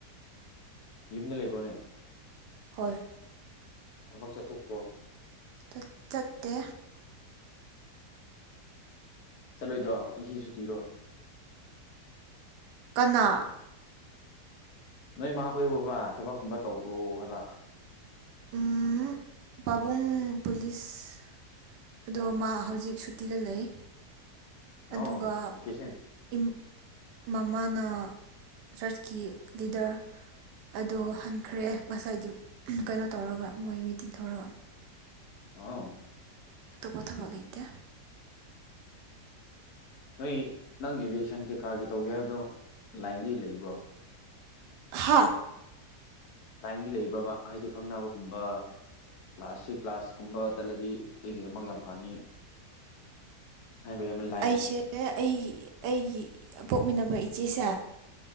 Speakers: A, on the left (about 70°); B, on the right (about 80°).
A: ꯌꯨꯝꯗ ꯂꯩꯕ꯭ꯔꯣꯅꯦ
B: ꯍꯣꯏ
A: ꯊꯕꯛ ꯆꯠꯊꯣꯛꯇ꯭ꯔꯣ
B: ꯆꯠ ꯆꯠꯇꯦ
A: ꯆꯠꯂꯣꯏꯗ꯭ꯔꯣ ꯉꯁꯤ ꯁꯨꯇꯤꯔꯣ
B: ꯀꯅꯥ
A: ꯅꯣꯏ ꯃꯥ ꯍꯣꯏꯕꯣꯕꯥ ꯊꯕꯛꯀꯨꯝꯕ ꯇꯧꯕ꯭ꯔꯣ ꯍꯥꯏꯕ
B: ꯎꯝ ꯄꯥꯕꯨꯡ ꯄꯨꯂꯤꯁ ꯑꯗꯣ ꯃꯥ ꯍꯧꯖꯤꯛ ꯁꯨꯇꯤꯗ ꯂꯩ
A: ꯑꯧ
B: ꯑꯗꯨꯒ
A: ꯚꯦꯀꯦꯁꯟ
B: ꯏꯝ ꯃꯃꯥꯅ ꯆ꯭ꯔꯁꯀꯤ ꯂꯤꯗ꯭ꯔ ꯑꯗꯣ ꯍꯟꯈ꯭ꯔꯦ ꯉꯁꯥꯏꯗꯨꯞ ꯀꯩꯅꯣ ꯇꯧꯔꯒ ꯃꯣꯏ ꯃꯤꯇꯤꯡ ꯇꯧꯔꯒ
A: ꯑꯥꯟ
B: ꯑꯇꯣꯞꯄ ꯊꯕꯛ ꯂꯩꯇꯦ
A: ꯅꯣꯏ ꯅꯪ ꯏꯚꯤꯌꯦꯁꯟ ꯀꯩꯀꯥꯒꯤ ꯇꯧꯒꯦ ꯍꯥꯏꯕꯗꯣ ꯂꯥꯏꯟꯒꯤ ꯂꯩꯕ꯭ꯔꯣ
B: ꯍꯥꯠ
A: ꯂꯥꯏꯟꯗꯤ ꯂꯩꯕ꯭ꯔꯕ ꯍꯥꯏꯗꯤ ꯈꯪꯅꯕꯒꯨꯝꯕ ꯀ꯭ꯂꯥꯁꯁꯤ ꯀ꯭ꯂꯥꯁ ꯀꯨꯝꯕ ꯆꯠꯂꯗꯤ ꯑꯩꯒꯤꯗꯃꯛ ꯌꯥꯝ ꯐꯅꯤ ꯍꯥꯏꯕ ꯌꯥꯝꯕ ꯂꯥ
B: ꯑꯩꯁꯦ ꯑꯩꯒꯤ ꯑꯩꯒꯤ ꯄꯣꯛꯃꯤꯟꯅꯕ ꯏꯆꯦꯁꯦ